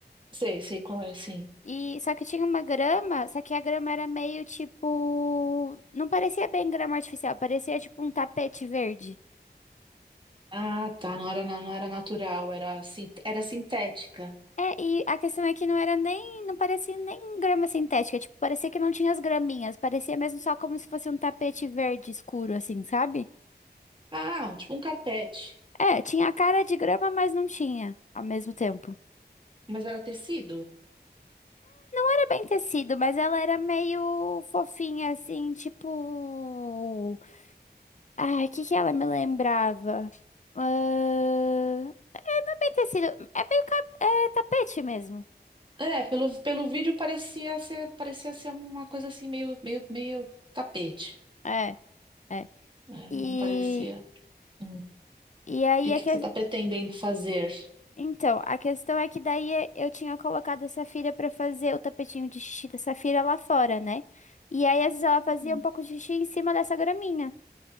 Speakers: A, on the right; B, on the left.
A: sei, sei qual é, sim.
B: E só que tinha uma grama, só que a grama era meio tipo, não parecia bem grama artificial, parecia tipo um tapete verde.
A: Ah, tá. Não era, na- não era natural, era, sin- era sintética.
B: É, e a questão é que não era nem, não parecia nem grama sintética, tipo, parecia que não tinha as graminhas, parecia mesmo só como se fosse um tapete verde escuro, assim, sabe?
A: Ah, tipo um carpete.
B: É, tinha a cara de grama, mas não tinha, ao mesmo tempo.
A: Mas era tecido?
B: Era bem tecido, mas ela era meio fofinha, assim, tipo... Ai, o que que ela me lembrava? Ahn, Não é bem tecido, é meio cap- é tapete mesmo.
A: É, pelo, pelo vídeo parecia ser, parecia ser uma coisa assim meio, meio, meio tapete,
B: É, é.
A: né?
B: E,
A: Não parecia. Hum.
B: e aí
A: E o
B: é
A: que
B: que
A: que você está pretendendo fazer?
B: Então, a questão é que daí eh, eu tinha colocado a Safira pra fazer o tapetinho de xixi da Safira lá fora, né? E aí, às vezes, ela fazia
A: Hum.
B: um pouco de xixi em cima dessa graminha.